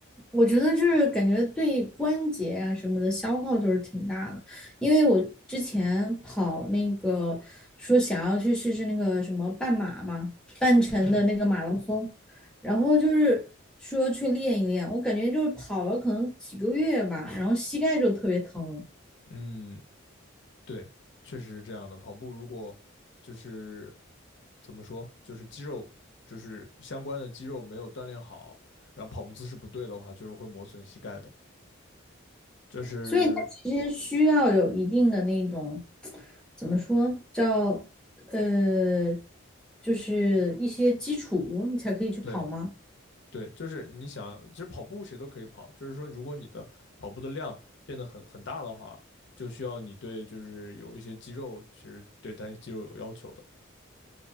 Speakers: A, in the centre; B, on the left.
A: 我觉得就是感觉对关节啊什么的消耗就是挺大的，因为我之前跑那个说想要去试试那个什么半马嘛，半程的那个马拉松，
B: 嗯
A: 然后就是说去练一练，我感觉就是跑了可能几个月吧，然后膝盖就特别疼。
B: 嗯，对，确实是这样的。跑步如果就是怎么说，就是肌肉就是相关的肌肉没有锻炼好，然后跑步姿势不对的话，就是会磨损膝盖的。就是
A: 所以它其实需要有一定的那种，怎么说，叫呃，就是一些基础，你才可以去跑吗？
B: 对对，就是你想，其实跑步谁都可以跑，就是说如果你的跑步的量变得很很大的话，就需要你对就是有一些肌肉，其实对单一肌肉有要求的。